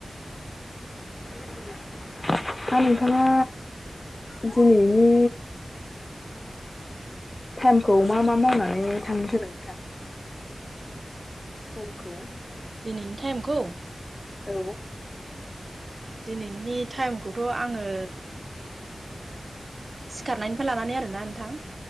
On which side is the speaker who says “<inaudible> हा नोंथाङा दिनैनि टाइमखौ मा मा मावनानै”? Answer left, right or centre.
Left